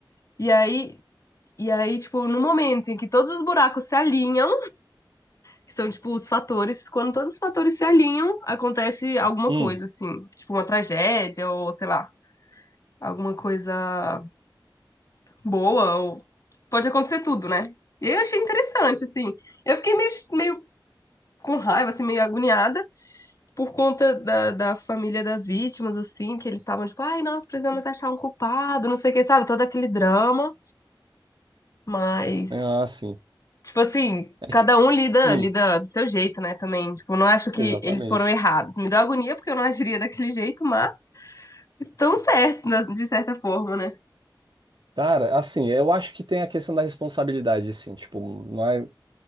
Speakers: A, on the left; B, on the right.
A: e aí, e aí, tipo, no momento em que todos os buracos se alinham, que são, tipo, os fatores, quando todos os fatores se alinham, acontece alguma
B: Hum.
A: coisa, assim, tipo uma tragédia ou, sei lá, alguma coisa boa, ou pode acontecer tudo, né? E eu achei interessante, assim. Eu fiquei meio, meio com raiva, assim, meio agoniada por conta da, da família das vítimas, assim, que eles estavam tipo, ai, nós precisamos achar um culpado, não sei o que, sabe? Todo aquele drama, mas,
B: Ah, sim.
A: tipo assim,
B: É
A: cada
B: que.
A: um lida,
B: Hum,
A: lida do seu jeito, né, também. Tipo, eu não acho que
B: exatamente.
A: eles foram errados. Me deu agonia porque eu não agiria daquele jeito, mas estão certos, na- de certa forma, né?
B: Cara, assim, eu acho que tem a questão da responsabilidade, assim, tipo, não é-